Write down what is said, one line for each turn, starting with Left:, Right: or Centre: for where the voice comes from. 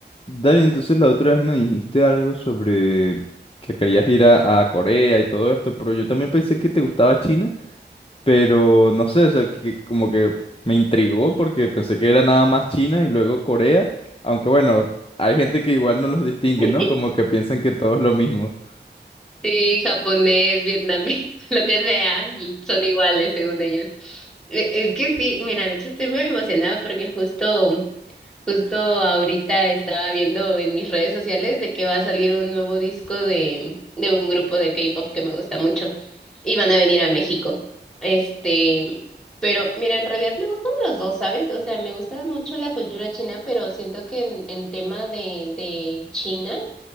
Left: Dale, entonces la otra vez me dijiste algo sobre que querías ir a, a Corea y todo esto, pero yo también pensé que te gustaba China, pero no sé, o sea, que como que me intrigó porque pensé que era nada más China y luego Corea, aunque bueno, hay gente que igual no los distingue,
Centre: <laughs>
Left: ¿no? Como que piensan que todo es lo mismo.
Centre: Sí, japonés, vietnamita, <laughs> lo que sea, son iguales según ellos. E- Es que sí, mira, de hecho estoy muy emocionada porque justo, justo ahorita estaba viendo en mis redes sociales de que va a salir un nuevo disco de, de un grupo de K-pop que me gusta mucho y van a venir a México. Este, pero mira, en realidad me gustan los dos, ¿sabes? O sea, me gusta mucho la cultura china, pero siento que en, en tema de, de China.